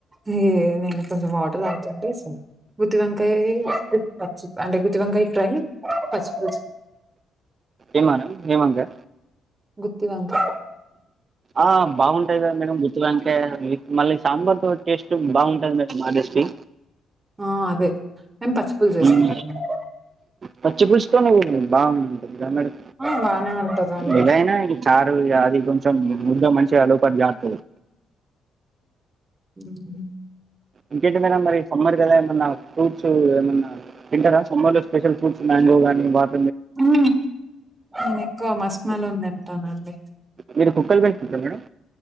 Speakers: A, on the right; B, on the right.
A: ఇ నేను కొంచెం ఆటర్ ఆతండి గుత్తివంకాయ పచ్చి అంటే గుత్తివంకాయ ఫ్రై పచ్చిపుి
B: ఏమానం ఏమాంగా
A: గుతి వంత
B: ఆ బాగుంటాది కదా మేడం గుత్తి వంకాయ మళ్ళీ సాంబార్ తో టేస్ట్ బాగుంటంది మేడం హానెస్ట్లీ
A: ఆ అదే మేం పచ్చి పూలు చేసుకుంటా
B: ఉమ్
A: మ
B: పచ్చి పులుసు తోని బాగుంటుంది గా మేడం
A: ఆ బానే ఉంటదండి
B: ఏదైనాగి చారు అది కొంచెం ముద్ద మంచిగా లోపట జారుతది
A: ఉహు
B: ఇంకేంటి మేడం మరి సమ్మర్ కదా ఏమన్నా టు ఫ్రూట్స్ ఏమన్నా తింటారా సమ్మర్ ల వచ్చి స్పెషల్ ఫ్రూట్స్ మ్యాంగో గాని వాటర్ మి
A: ఆహా నేను ఎక్కువ మస్క్ మెలన్ తింటానండి
B: మీరు కుక్కలు పెంచుకుంటారా మేడం